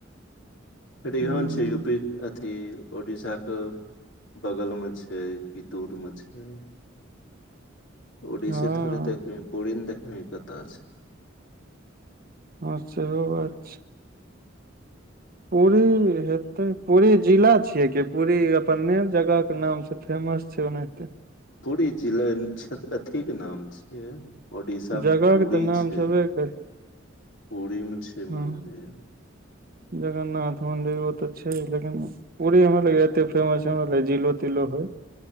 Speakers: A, on the left; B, on the right.
A: फेर
B: हूँ
A: हैन छै यूपी अथी ओडीसाके बगलमे छै कि दूरमे छै
B: <inaudible>
A: ओड़ीसा
B: हँ
A: थोरी नऽ देखलनि पुरिन देख बिही कतय छै
B: हँ सेहो बात छै पूरी हे तऽ पूरी जिला छियै कि पूरी अपने जगहके नामसँ फेमस छै ओनाहिते
A: पुरी जिला अथीके नाम छियै ओड़ीसा
B: जगह
A: मऽ पूरी
B: के तऽ नाम
A: छै
B: छेबे करै
A: पूरी मऽ छै
B: हँ
A: मन्दिर
B: जगन्नाथ मन्दिर ओ तऽ छै लेकिन पूरी हमरा लग एते फेमस है हमरा लगेय जिलो तिलो हय